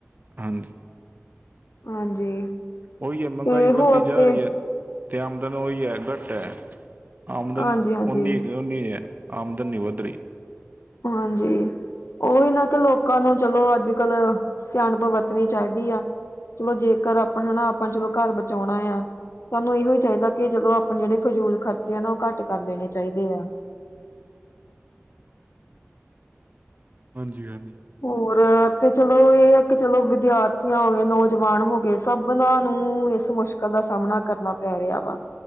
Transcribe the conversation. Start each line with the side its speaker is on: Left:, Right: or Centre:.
Right: ਹਾਂਜੀ-
Left: ਹਾਂਜੀ
Right: ਉਇਓ, ਮਹਿੰਗਾਈ
Left: ਤੇ
Right: ਵੱਧਦੀ
Left: ਹੋਰ
Right: ਜਾ
Left: ਤੇ
Right: ਰੀ ਹੈ ਤੇ ਆਮਦਨ ਉਹੀ ਹੈ, ਘੱਟ ਹੈ, ਆਮਦਨ
Left: ਹਾਂਜੀ ਹਾਂਜੀ
Right: ਓਨੀ -ਓਨੀ ਹੈ ਆਮਦਨ‌ ਨੀ, ਵੱਧ ਰੀ
Left: ਹਾਂਜੀ ਉਹੀ ਨਾ ਕਿ ਲੋਕਾਂ ਨੂੰ ਚਲੋ ਅੱਜ ਕੱਲ ਸਿਆਣਪ ਵਰਤਣੀ ਚਾਹੀਦੀ ਆ ਚਲੋ ਜੇਕਰ ਆਪਾਂ ਹਨਾ ਆਪਾਂ ਚਲੋ ਘਰ ਬਚਾਉਣਾ ਆ ਸਾਨੂੰ ਇਹੋ ਹੀ ਚਾਹੀਦਾ ਕਿ ਚਲੋ ਆਪਣੇ ਜਿਹੜੇ ਫਜੂਲ ਖਰਚੇ ਆ ਨਾ ਉਹ ਘੱਟ ਕਰ ਲੈਣੇ ਚਾਹੀਦੇ ਆ
Right: ਹਾਂਜੀ ਹਾਂਜੀ
Left: ਹੋਰ ਤੇ ਚਲੋ ਇਹ ਇੱਕ ਚਲੋ ਵਿਦਿਆਰਥੀਆਂ ਹੋ ਗਏ ਨੌਜਵਾਨ ਹੋ ਗਏ ਸਭਨਾਂ ਨੂੰ ਇਸ ਮੁਸ਼ਕਿਲ ਦਾ ਸਾਹਮਣਾ ਕਰਨਾ ਪੈ ਰਿਹਾ ਵਾ